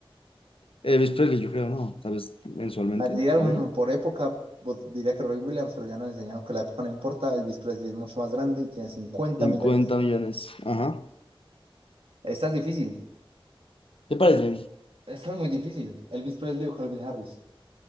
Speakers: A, on the left (about 70°); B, on the right (about 70°).
A: Elvis Presley, yo creo, no, tal vez mensualmente,
B: A ver, diría
A: aún.
B: lo mismo, por época vos- diría que Roy Williams, pero ya nos enseñaron que la época no importa. Elvis Presley es mucho más grande y tiene cincuenta
A: cincuenta
B: millones.
A: millones, ajá.
B: Esta es difícil.
A: ¿Te parece?
B: Esta es muy difícil. Elvis Presley o Calvin Harris.